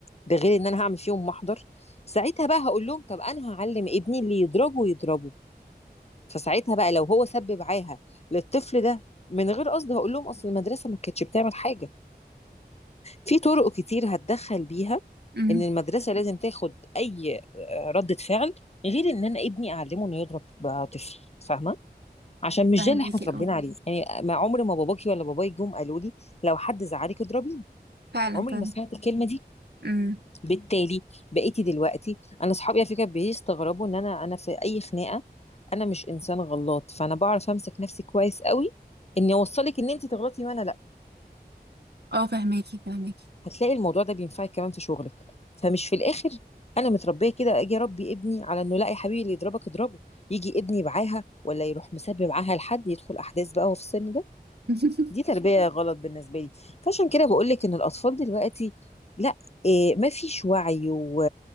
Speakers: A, on the left; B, on the right.
A: ده غير ان انا هعمل فيهم محضر ساعتها بقى هقول لهم طب انا هعلم ابني اللي يضربه يضربه فساعتها بقى لو هو سب معاها للطفل ده من غير قصد هقول لهم اصل المدرسه ما كانتش بتعمل حاجه في طرق كتير هتدخل بيها
B: امم
A: ان المدرسه لازم تاخد اي آه، ردة فعل غير ان انا ابني اعلمه انه يضرب بقى طفل فاهمه عشان مش
B: فهماكي
A: ده اللي احنا اتربينا
B: اه
A: عليه يعني ما عمري ما باباكي ولا باباي جم قالوا لي لو حد زعلك اضربيه
B: فعلا
A: عمري
B: فعلا
A: ما سمعت الكلمه دي
B: امم
A: بالتالي بقيتي دلوقتي انا اصحابي على فكره بيستغربوا ان انا انا في اي خناقه انا مش انسان غلاط فانا بعرف امسك نفسي كويس قوي اني اوصلك ان انت تغلطي وانا لا
B: اه فهماكي فهماكي
A: هتلاقي الموضوع ده بينفعك كمان في شغلك فمش في الاخر انا متربيه كده اجي اربي ابني على انه لا يا حبيبي اللي يضربك اضربه يجي ابني معاها ولا يروح مسبب معاها لحد يدخل احداث بقى وهو في السن ده
B: <laughs>
A: دي تربيه غلط بالنسبه لي فعشان كده بقول لك ان الاطفال دلوقتي لا إيه ما فيش وعي و...